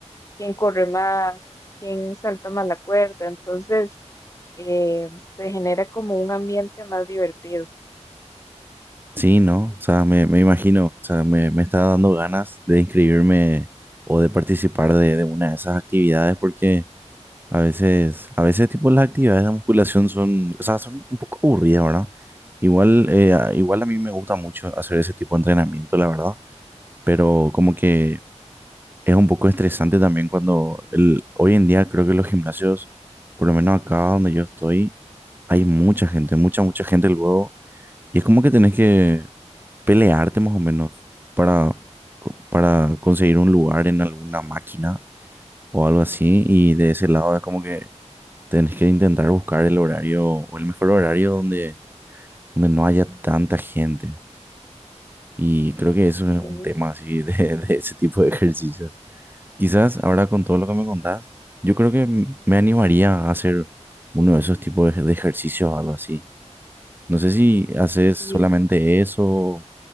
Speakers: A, on the left; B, on the right.
A: quién corre más, quién salta más la cuerda, entonces eh, se genera como un ambiente más divertido.
B: Sí, ¿no? O sea, me, me imagino, o sea, me, me está dando ganas de inscribirme o de participar de, de una de esas actividades porque a veces, a veces tipo las actividades de musculación son, o sea, son un poco aburridas, ¿verdad? Igual, eh, a- igual a mí me gusta mucho hacer ese tipo de entrenamiento, la verdad, pero como que es un poco estresante también cuando el, hoy en día creo que los gimnasios, por lo menos acá donde yo estoy, hay mucha gente, mucha, mucha gente luego y es como que tenés que pelearte más o menos para, co- para conseguir un lugar en alguna máquina o algo así. Y de ese lado es como que tenés que intentar buscar el horario o el mejor horario donde, donde no haya tanta gente. Y creo que eso es
A: Sí,
B: un tema así de, <laughs> de ese tipo de ejercicios. Quizás ahora con todo lo que me contás, yo creo que m- me animaría a hacer uno de esos tipos de, ej- de ejercicios o algo así. No sé si haces solamente
A: sí.
B: eso